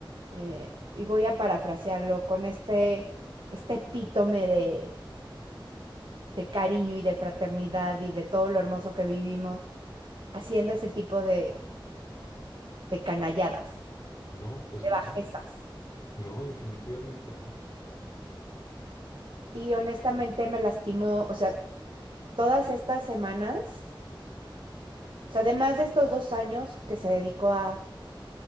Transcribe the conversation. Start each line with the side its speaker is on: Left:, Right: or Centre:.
Right: eh, y voy a parafrasearlo con este, este epítome de de cariño y de fraternidad y de todo lo hermoso que vivimos haciendo ese tipo de, de canalladas,
Left: No, pues
Right: de
Left: no.
Right: bajezas.
Left: No, definitivamente no.
Right: Y honestamente me lastimó, o sea, todas estas semanas, o sea, además de estos dos años que se dedicó a,